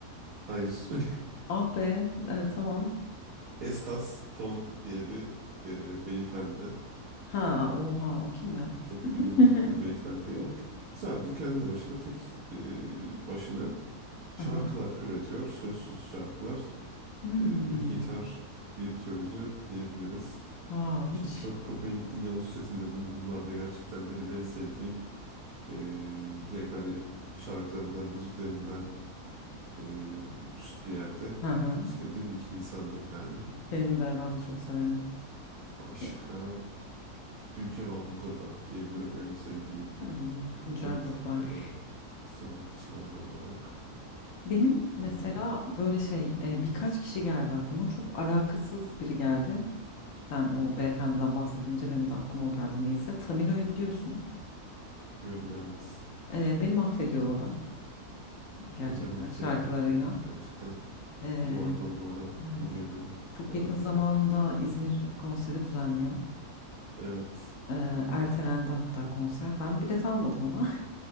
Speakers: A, on the right; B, on the left.
A: hayır. <laughs>
B: Ah be e, tamam.
A: Estas Ton diye bir e, beyefendi.
B: Ha oha o kim ya?
A: çok bilindik
B: <laughs>
A: bir beyefendi. O sadece kendi başına tek e, başına şarkılar
B: Aha.
A: üretiyor. Sözsüz şarkılar.
B: Hmm.
A: E, bir gitar virtüözü diyebiliriz.
B: Wow
A: Şimdi
B: hiç.
A: Kurt Cobain dedin, Yavuz Çetin dedin. Bunlar da gerçekten benim en sevdiğim e, direkt hani şarkılarından, müziklerinden e, üst bir yerde
B: Hı hı.
A: çok sevdiğim iki insandır yani.
B: Benim de ben de çok severim.
A: Başka
B: E,
A: Büyükev Ablukada diyebilirim en sevdiğim
B: hmm, güncel
A: grup
B: gruplar.
A: ya da sanatçılar olarak.
B: Benim
A: Ee,
B: mesela böyle şey e, birkaç kişi geldi aklıma. Çok alakasız biri geldi. Sen o beyefendiden bahsedince benim de aklıma o geldi neyse. Tamino'yu biliyorsun.
A: diyorum evet.
B: E, beni mahvediyor o adam gerçekten
A: Beni de mahvediyor.
B: şarkılarıyla.
A: Gerçekten
B: E,
A: duvardan duvara
B: evet.
A: vuruyor beni
B: Çok
A: adeta.
B: yakın zamanda İzmir konseri düzenliyor.
A: Evet.
B: Eee, ertelendi hatta konser. Ben bilet almadım ona.